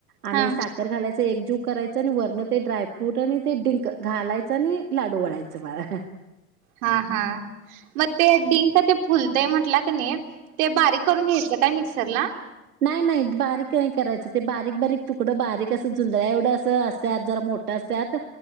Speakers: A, on the right; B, on the right.
A: आणि
B: हा
A: साखर घालायचं एकजू करायच आणि वरण ते ड्रायफ्रूट आणि ते डिंक घालायचं आणि लाडू वळायचं बाळ.
B: हा हा म ते डिंक ते फुलतंय म्हटला क ने ते बारीक करून घ्यायचं काय मिक्सर ला?
A: नाई, नाई बारीक नाई करायचं, ते बारीक बारीक, तुकडं बारीक असं जोंधळ्या एवढं असं असत्यात जरा मोठा असत्यात